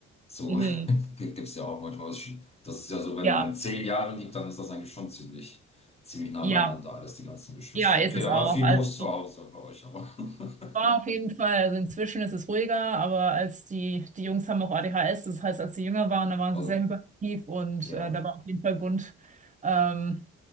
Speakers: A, on the left; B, on the right.
A: So
B: Mhm.
A: <laughs> gibt es ja auch manchmal. Das ist schon- das ist ja so, wenn,
B: Ja,
A: wenn zehn Jahre liegt, dann ist das eigentlich schon ziemlich, ziemlich nah
B: ja,
A: beieinander, alles die ganzen Geschwister.
B: ja, ist
A: Okay,
B: es
A: da
B: auch.
A: war viel
B: Also
A: los zu Hause bei euch, aber. <laughs>
B: Ja, auf jeden Fall. Also inzwischen ist es ruhiger, aber als die, die Jungs haben auch ADHS, das heißt, als sie jünger waren, da waren
A: Oh,
B: sie sehr hyperaktiv und
A: ja,
B: äh, da war auf jeden Fall bunt. Ähm,